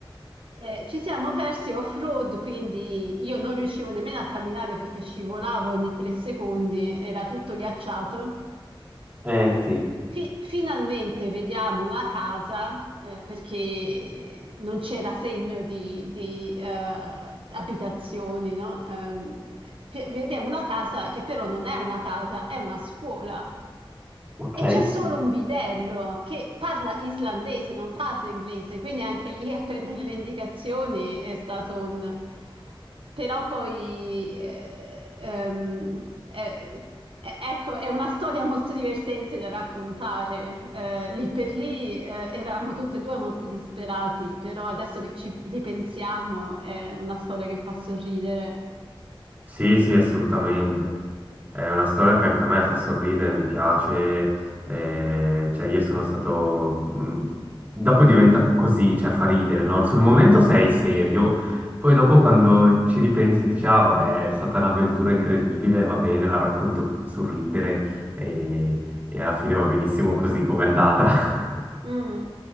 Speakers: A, on the right (about 75°); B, on the right (about 20°).
A: Eh, ci siamo persi off-road, quindi io non riuscivo nemmeno a camminare perché scivolavo ogni tre secondi, era tutto ghiacciato.
B: Eh sì,
A: Fi- finalmente vediamo una casa, eh, perché non c'era segno di, di, eh, abitazioni, no? Ehm, fi- vediamo una casa che però non è una casa, è una scuola.
B: ok.
A: E c'è solo un bidello che parla islandese, non parla inglese, quindi anche lì a prendere le indicazioni è stato un... Però poi, eh, ehm, eh, eh, ecco, è una storia molto divertente da raccontare. Eh, lì per lì, eh, eravamo tutte e due molto disperati, però adesso che ci ripensiamo è una storia che fa sorridere.
B: Sì, sì, assolutamente. È una storia che anche a me fa sorridere, mi piace. eh, cioè, io sono stato... mh, Dopo diventa così, cioè fa ridere, no? Sul momento sei serio, poi dopo quando ci ripensi dici, ah vabbè, è stata un'avventura incredibile, va bene, la racconto sorridere e, e alla fine va benissimo così come è andata. <laughs>
A: Mm.